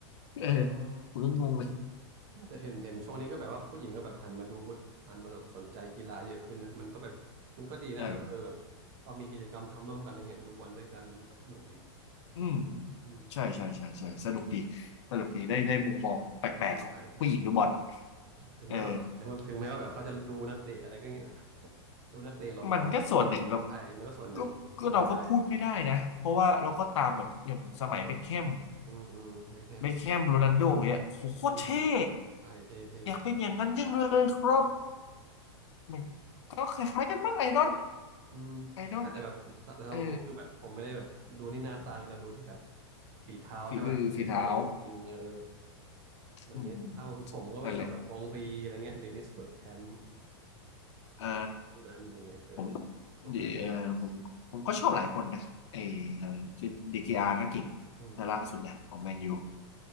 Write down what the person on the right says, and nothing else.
เออ
แต่เห็นเห็นช่วงนี้ก็แบบว่าผู้หญิงก็แบบหันมาดูบุตหันมาแบบสนใจกีฬาเยอะขึ้นนะมันก็แบบมันก็ดีนะแบบเออแบบเรามีกิจกรรมทำร่วมกันอะไรเงี้ยดูบอลด้วยกันก็สนุกดี
อืม
ใช่
อืมใช่ใช่ ถึงแม้แบบถึงถึงแม้ว่าแบบเขาจะดูนักเตะอะไรก็เงี้ย
ดูนักเตะหล่อๆอะไรเงี้ยเออใช่มันก็ส่วนหนึ่งเข้าใจได้
อืมอืมเบคแฮมใช่
อืมใช่เท่เท่
อืมแต่แบบแต่เราผมคือแบบผมไม่ได้แบบดูนี่หน้าตาไงเราดูที่แบบ
ฝีเท้าใช่ไหมแบบเล่นเก่งยิงเออ
อะไรเงี้ยถ้าผมผมก็ชอบแบบองรีอะไรเงี้ยเดนิสเบิร์กแคมป์
พวกนั้นอะไรเงี้ยเออ
โรแบร์ตปีแรส
อืมอืม